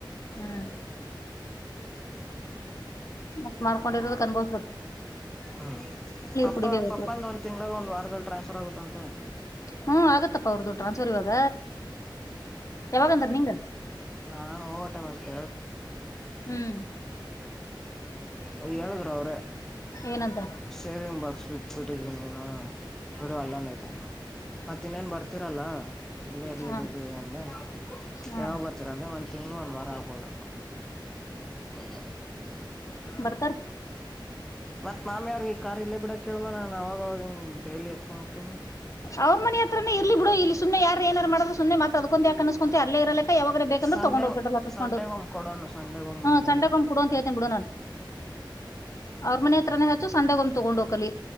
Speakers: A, on the left (about 40°); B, in the centre.
A: ಹ್ಮ್. ಮತ್ತ ಮಾಡ್ಕೊಂಡಿರೋದು ಅನ್ಬೋ.
B: ಹ್ಮ ಪಪ್ಪಾ
A: ಕುಡಿಲೇಬೇಕು
B: ಪಪ್ಪಂದ ಒಂದ್ ತಿಂಗಳಾಗ ಒಂದ್ ವಾರದಲ್ಲಿ ಟ್ರಾನ್ಸ್ಫರ್ ಆಗುತ್ತಂತೆ.
A: ಹ್ಮ್ ಆಗತ್ತಪ್ಪ ಅವ್ರದ್ದು ಟ್ರಾನ್ಸವರ್ ಇವಾಗ ಯಾವಾಗಂದ್ರ ನಿಂಗ.
B: ನಾನ್ ಹೋಗ ಟೈಮಲ್ಲಿ. <inaudible>
A: ಹ್ಮ್
B: ಗೆ ಹೇಳುದ್ರ ಅವ್ರೆ.
A: ಏನಂತ
B: ಸೇವಿಂಗ್ ಬ <unintelligible> ಬಿಟ್ಬಿಟ್ಟಿದನೇನು ಬಿಡು ಅಲ್ಲನ್ಐತನ್ರು ಮತ್ತ ಇನ್ನೇನ್ ಬರ್ತರಲ್ಲ. ಇಲ್ಲೇ ಇರಲಿ
A: ಹಾ
B: ಬಿಡ್ರಿ ಅಂದರೆ
A: ಹಾ
B: ಯಾವಾಗ ಬರ್ತೀರ ಅಂದರೆ ಒಂದು ತಿಂಗ್ಗಳು ಒಂದು ವಾರ ಆಗ್ಬೋಲ್ಲ್. <inaudible>
A: ಬರ್ತಾರೆ.
B: ಮತ್ ಮಾಮಿ ಅವ್ರಿಗೆ ಈ ಕಾರ್ ಇಲ್ಲೇ ಬಿಡಕ್ ಕೇಳಬ ನಾನು ಅವಾಗ ಅವ ಡೈಲಿ ಎತ್ಕೊಂಡ್ ಹೋಗ್ತೀನಿ.
A: ಅವ್ ಮನಿ ಹತ್ರನನೆ ಇರ್ಲಿ ಬಿಡು ಇಲ್ಲಿ ಸು್ನೆ ಯಾರು ಏಾರ ಮಾಡ್ರು ಸುಮ್ಮನೆ ಮಾತ್ರ ಅದು ಕೊಂಧ್ ಯಾಕ. ಅನಸ್ಕೊಂತಿ ಅಲ್ಲೇ ಇರಲಕ್ಕ ಯಾವಾಗರ ಬೇಕಂದ್ರ
B: ಸಂಡೆ
A: ತಗೊಂಡ್ ಹೋಗ್ ಪೆಟ್ರೋಲ್ ಹಾಕಸ್ಕೊಂಡು
B: ಸಂಡೆ ಒ ಕೊಡೋನು ಸಂಡೆಗ ಮುಂಜನ.
A: ಹ್ಮ್ ಸಂಡೆಗೊಮ್ಮೆ ಕೊಡು ಅಂತ ಹೇಳ್ತೇನ್ ಬಿಡು ನಾನ್
B: ಗೊತ್ತಿಲ್ಲಾ
A: ಅವ್ರ ಮನಿ ಹತ್ರನೇ ಹಚ್ಚು ಸಂಡೆಗೊಮ್ಮೆ ತಗೊಂಡ್ ಹೋಕಲಿ